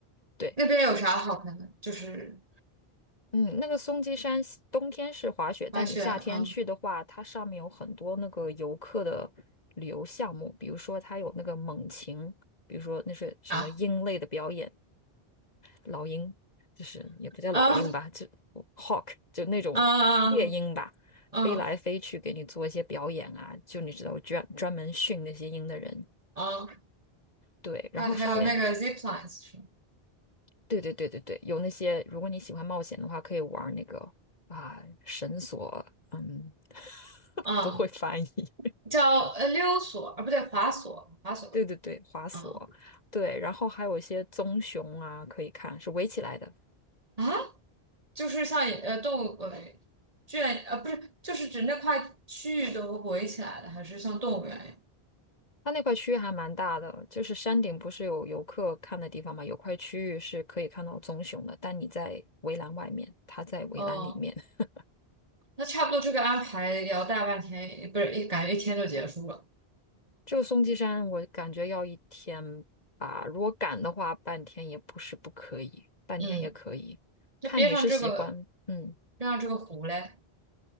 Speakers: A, on the left (about 40°); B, on the right (about 35°).
A: 对，
B: 那边有啥好看的？就是
A: 嗯，那个松鸡山西冬天是滑雪，但你夏天去的话，
B: 滑雪，嗯
A: 它上面有很多那个游客的旅游项目，比如说它有那个猛禽，比如说那是什么鹰类的表演，
B: 啊，
A: 老鹰，就是也不叫老鹰吧，
B: 嗯
A: 就 hawk 就那种猎鹰吧，
B: 嗯嗯
A: 飞来飞去给你做一些表演啊，就你知道专专门训那些鹰的人，
B: 嗯，
A: 对，
B: 还还有那个
A: 然后上面
B: zip lines 是吗？
A: 对对对对对，有那些如果你喜欢冒险的话，可以玩那个啊绳索，嗯，
B: 嗯，
A: 不会翻译。
B: 叫呃溜索，啊不对，滑索，滑索，
A: 对对对，滑索，
B: 嗯
A: 对，然后还有一些棕熊啊，可以看，是围起来的，
B: 啊，就是像呃动物呃圈呃不是，就是指那块区域都围起来的，还是像动物园一样？
A: 它那块区域还蛮大的，就是山顶不是有游客看的地方嘛，有块区域是可以看到棕熊的，但你在围栏外面，它在围栏里面。
B: 哦，
A: <laughs>
B: 那差不多这个安排也要大半天，不是一感觉一天就结束了。
A: 这个松鸡山我感觉要一天吧，如果赶的话，半天也不是不可以，半天也可以，
B: 嗯，那边上这个
A: 看你是喜欢，嗯，
B: 边上这个湖嘞，